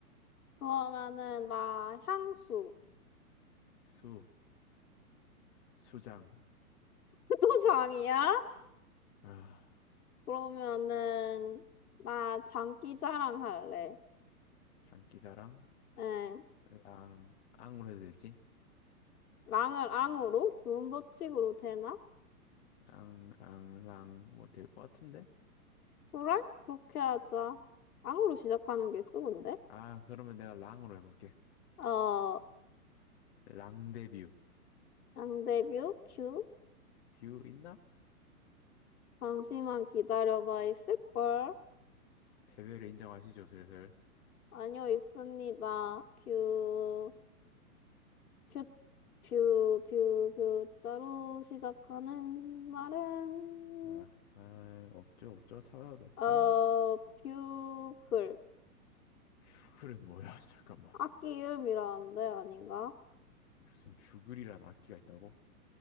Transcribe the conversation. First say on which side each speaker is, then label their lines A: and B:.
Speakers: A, on the left; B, on the left.
A: 그러면은 나 향수.
B: 수, 수장.
A: <laughs> 또 장이야?
B: 아.
A: 그러면은 나 장기 자랑할래.
B: 장기자랑
A: 응,
B: 랑 앙으로 해도 되지?
A: 랑을 앙으로, 두음 법칙으로 되나?
B: 랑랑랑뭐 될 것 같은데?
A: 그래? 그렇게 하자. 앙으로 시작하는 게 쓰던데?
B: 아 그러면 내가 랑으로 해볼게.
A: 어,
B: 랑데뷰
A: 양대뷰? 뷰?
B: 뷰뷰 있나?
A: 잠시만 기다려봐, 있을걸?
B: 패배를 인정하시죠 슬슬.
A: 아니요, 있습니다. 뷰, 뷰, 뷰, 뷰, 뷰자로 시작하는 말은,
B: 아, 아 없죠 없죠 사과도 없죠.
A: 어, 뷰 글.
B: 뷰글은 뭐야 <laughs> 잠깐만
A: 악기 이름이라는데, 아닌가?
B: 무슨 뷰글이란 악기가 있다고?